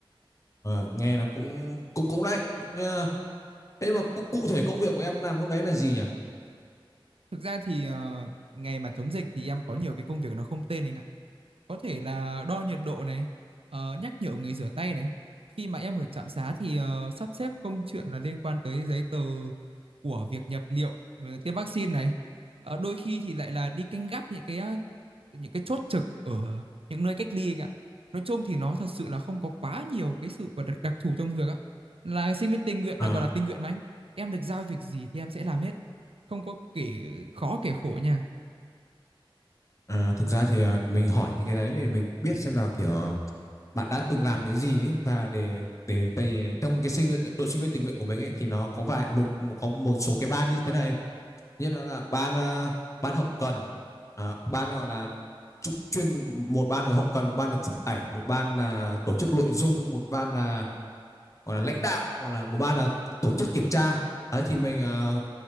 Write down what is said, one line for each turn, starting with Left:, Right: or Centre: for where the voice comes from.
Left: ờ, nghe là cũng cũng cũng đấy. Những, ờ, thế nhưng mà cụ, cụ thể công việc của em làm lúc đấy là gì nhỉ?
Right: Thực ra thì ờ, ngày mà chống dịch thì em có nhiều cái công việc nó không tên anh ạ. có thể là đo nhiệt độ này ờ, nhắc nhở người rửa tay này khi mà em ở trạm xá thì ờ, sắp xếp công chuyện là liên quan tới giấy tờ của việc nhập liệu ờ, tiêm vaccine này Ờ, đôi khi thì lại là đi canh gác những cái ờ, những cái chốt trực ở những nơi cách ly anh ạ nói chung thì nó thật sự là không có quá nhiều cái sự gọi là đặc thù trong việc á là sinh viên tình nguyện
Left: À,
Right: là gọi là tình nguyện mà anh em được giao việc gì thì em sẽ làm hết không có kể khó kể khổ nha
Left: À, thực ra thì à, mình hỏi những cái đấy để mình biết xem là kiểu ờ, bạn đã từng làm cái gì ấy và để để tại vì trong cái sinh viên đội sinh viên tình nguyện của mình ấy thì nó có vài một, một có một số cái ban như thế này như nó là ban à, ban hậu cần à, ban gọi là chụp chuyên một ban là hậu cần một ban là chụp ảnh một ban là tổ chức nội dung một ban là gọi là lãnh đạo hoặc là một ban là tổ chức kiểm tra đấy thì mình à,